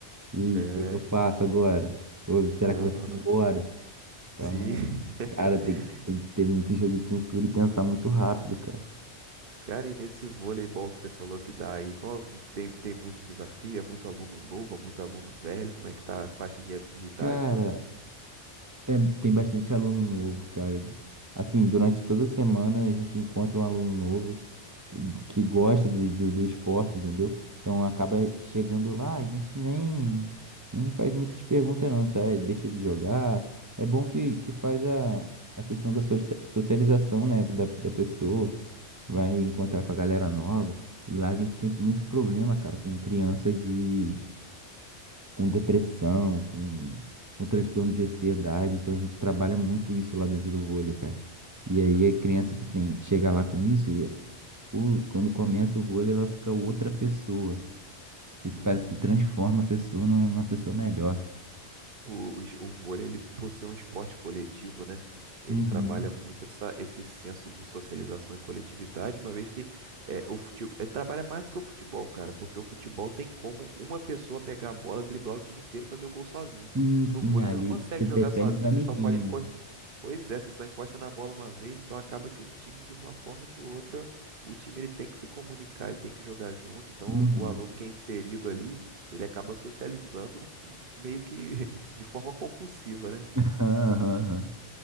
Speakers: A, on the right (about 25°); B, on the right (about 50°).
A: E
B: É,
A: o que que eu faço agora? Ou será
B: aham,
A: que eu vou ter que ir embora? Então,
B: sim. <laughs>
A: cara, tem, tem que ter muito jogo de cintura e pensar muito rápido, cara.
B: Cara, e nesse voleibol que você falou que dá aí, qual, tem, tem muito desafio? É muito aluno novo, é muito aluno velho? Como é que tá a faixa de, de idade
A: Cara,
B: lá?
A: é, tem bastante aluno novo, cara. Assim, durante toda a semana a gente encontra um aluno novo que, que gosta de, do, do esporte, entendeu? Então acaba chegando lá, a gente nem, nem faz muitas perguntas não, sabe? Deixa ele jogar. É bom que, que faz a, a questão da socia- socialização, né, da, da pessoa. vai encontrar com a galera nova. E lá a gente tem muito problema, cara, com criança de com depressão, com, com transtorno de ansiedade. Então a gente trabalha muito isso lá dentro do vôlei, cara. E aí
B: Aham,
A: é criança que tem chega lá com isso e o- quando começa o vôlei ela fica outra pessoa. Se-
B: Sim.
A: Parece que transforma a pessoa num- numa pessoa melhor.
B: O, o, es- o vôlei, ele, por ser um esporte coletivo, né? Ele
A: Uhum.
B: trabalha muito essa, esse senso de socialização e coletividade, uma vez que é, o futebol, trabalha mais do que o futebol, cara, porque o futebol tem como uma pessoa pegar a bola, driblar o time inteiro e fazer o gol sozinho.
A: Sim, sim,
B: No vôlei,
A: ali
B: você não consegue
A: você depende
B: jogar sozinho,
A: do amiguinho.
B: você só pode encostar. Pois é, você só encosta na bola uma vez, então acaba que o time, de uma forma ou de outra, o time ele tem que se comunicar, ele tem que jogar junto. Então,
A: Uhum.
B: o aluno que é inserido ali, ele acaba socializando meio que de forma compulsiva, né?
A: <laughs> aham, aham.